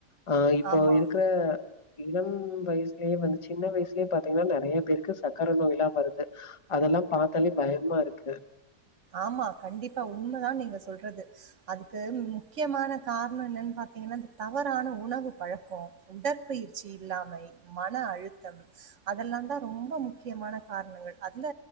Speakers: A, on the left (about 25°); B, on the right (about 55°).
A: ஆ இப்போ
B: ஆமா.
A: இருக்க இளம் வயசுலயே வந்து சின்ன வயசுலேயே பாத்தீங்னா நெறைய பேருக்கு சக்கர நோய்லா வருது அதெல்லா பாத்தாலே பயமா இருக்கு
B: ஆமா கண்டிப்பா உண்மைதா நீங்க சொல்றது அதுக்கு முக்கியமான காரணம் என்னன்னு பாத்தீங்கன்னா அந்த தவறான உணவு பழக்கோ உடற்பயிற்சி இல்லாமை மன அழுத்தம் அதெல்லாதா ரொம்ப முக்கியமான காரணங்கள் அதுல